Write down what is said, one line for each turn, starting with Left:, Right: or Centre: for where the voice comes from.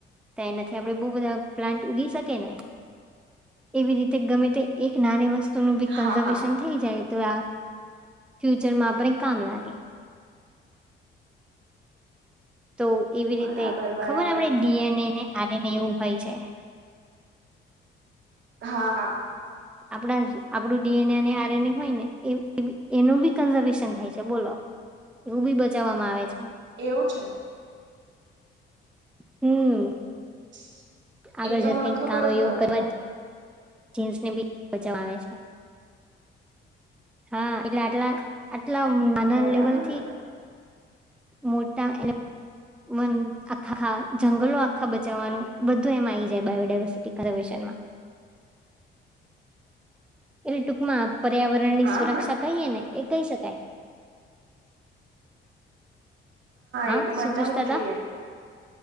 Centre: તો એનાથી આપડે બહુ બધા પ્લાન્ટ ઉગી શકે ને એવી રીતે ગમે તે એક નાની વસ્તુ ત નું ભી કન્ઝર્વેશન
Right: હા હા
Centre: થઈ જાય તો આ ફ્યુચરમાં આપણે કામ લાગે તો એવી રીતે
Right: બરાબર બરાબર
Centre: ખબર આપડે ડીએનએ ને આર એનએ એવું હોય છે
Right: હા હા
Centre: આપડા આપડું ડીએનએ અને આરએનએ હોય ને એ એનું બી કન્ઝર્વેશન થાય છે બોલો એવું ભી બચાવવામાં આવે છે‌
Right: એવું છે.
Centre: હમ્મ
Right: <inaudible> <unintelligible>
Centre: આગળ
Right: તો
Centre: જ
Right: મને
Centre: કઈક
Right: ખબર
Centre: કામ
Right: જ
Centre: એવું
Right: નહોતી
Centre: કરવા
Right: હો.
Centre: જીસને ભી બચવા આવે છે હા એટલે આટલા આટલા નાના
Right: બરાબર
Centre: લેવલથી
Right: બરાબર
Centre: મોટા એ વ આખા જંગલો આખા બચાવવાનું બધું એમ આવી જાય બાયોડાવર્સિટી એ ટૂંકમાં પર્યાવરણની
Right: હા
Centre: સુરક્ષા કહીએ ને એ કહી શકાય. હા
Right: એ તો બચાવું
Centre: સુભુછતા હતા,
Right: જ જોઈએ